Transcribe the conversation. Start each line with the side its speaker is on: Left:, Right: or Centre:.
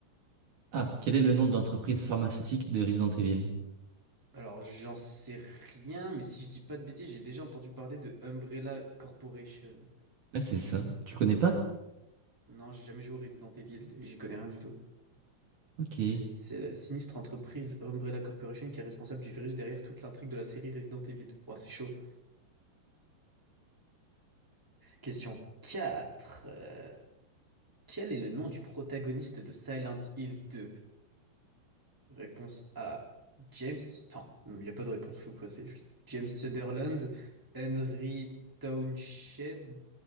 Right: Ah, quel est le nom de l'entreprise pharmaceutique de Resident Evil?
Centre: Alors, j'en sais rien, mais si je dis pas de bêtises, j'ai déjà entendu parler de Umbrella Corporation.
Right: Ouais, c'est ça. Tu connais pas?
Centre: Non, j'ai jamais joué au Resident Evil, et j'y connais rien du tout.
Right: Ok.
Centre: C'est la sinistre entreprise Umbrella Corporation qui est responsable du virus derrière toute l'intrigue de la série Resident Evil. Ouah, c'est chaud. Question 4. euh, quel est le nom du protagoniste de Silent Hill 2? Réponse A, James. Enfin, il n'y a pas de réponse, faut quoi, c'est juste James Sutherland, Henry Townshend,